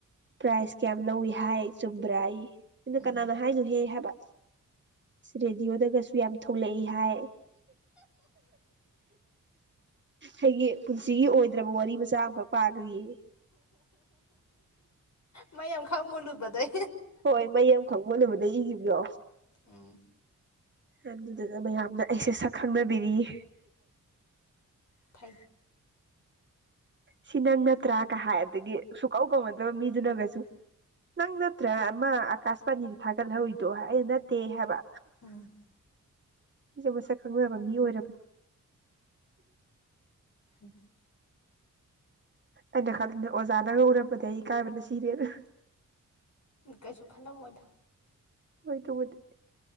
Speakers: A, on the right (about 35°); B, on the left (about 60°).
A: ꯄ꯭ꯔꯥꯏꯖ ꯀꯌꯥꯝ ꯂꯧꯏ ꯍꯥꯏ ꯆꯨꯝꯕ꯭ꯔꯥ ꯑꯩ ꯑꯅꯣ
B: ꯎꯝ
A: ꯀꯅꯥꯅ ꯍꯥꯏꯅꯨꯍꯦ ꯍꯥꯏꯕ ꯔꯦꯗꯤꯑꯣꯗꯒꯁꯨ ꯌꯥꯝ ꯊꯣꯛꯂꯛꯏ ꯍꯥꯏꯥꯏ ꯑꯩꯒꯤ ꯄꯨꯟꯁꯤꯒꯤ ꯑꯣꯏꯗ꯭ꯔꯕ ꯋꯥꯔꯤ ꯃꯆꯥ ꯑꯃꯈꯛ ꯄꯥꯒꯂꯤꯌꯦ
B: ꯃꯥꯏ ꯌꯥꯝ ꯈꯥꯡꯃꯣꯜꯂꯨ ꯕꯥꯏ
A: ꯍꯣꯏ ꯃꯌꯥꯝ ꯈꯪ ꯃꯨꯨꯅꯕꯗ ꯏꯈꯤꯕꯗꯣ
B: ꯎꯝ
A: ꯑꯗꯨꯗꯨꯅ ꯃꯌꯥꯝꯅ ꯑꯩꯁꯦ ꯁꯛ ꯈꯪꯅꯕꯤꯔꯤꯌꯦ
B: ꯐ
A: ꯁꯤ ꯅꯪ ꯅꯠꯇ꯭ꯔꯥꯒ ꯍꯥꯏꯥꯏ ꯑꯗꯒꯤ ꯁꯨꯀꯧ ꯀꯧꯅꯗꯕ ꯃꯤꯗꯨꯅꯒꯁꯨ ꯅꯪ ꯅꯠꯇ꯭ꯔꯥ ꯑꯃ ꯑꯀꯥꯁꯕꯥꯅꯤꯗꯨ ꯊꯥꯒꯠꯍꯧꯋꯔꯤꯗꯣ ꯑꯩ ꯅꯠꯇꯦ ꯍꯥꯏꯕ
B: ꯎꯝ
A: ꯑꯩꯁꯦ ꯃꯁꯛ ꯈꯪꯅꯕ ꯃꯤ ꯑꯣꯏꯔꯕꯅꯤ
B: ꯎꯝ
A: ꯑꯩꯅ ꯈꯜꯂꯗ ꯑꯣꯖꯥꯅꯒ ꯎꯔꯄꯗꯤ ꯑꯩ ꯏ ꯀꯥꯏꯕꯅ ꯁꯤꯔꯦꯅ
B: ꯀꯩꯁꯨ ꯈꯟꯗꯧ ꯃꯣꯏꯗ
A: ꯍꯣꯏ ꯇꯕꯨꯗꯤ